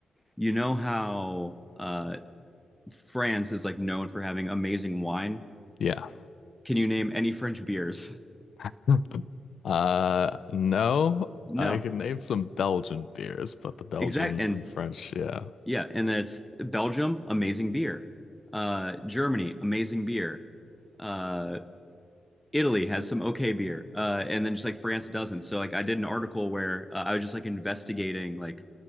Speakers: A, in the centre; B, on the left.
A: you know how uh France is like known for having amazing wine.
B: Yeah.
A: Can you name any French beers?
B: <laughs> Uh, no,
A: No.
B: I can name some Belgian beers, but the Belgian
A: Exact and
B: and French, yeah.
A: yeah, and that's Belgium, amazing beer. Uh Germany, amazing beer. Uh, Italy has some okay beer, uh, and then just like France doesn't. So like I did an article where uh, I was just like investigating like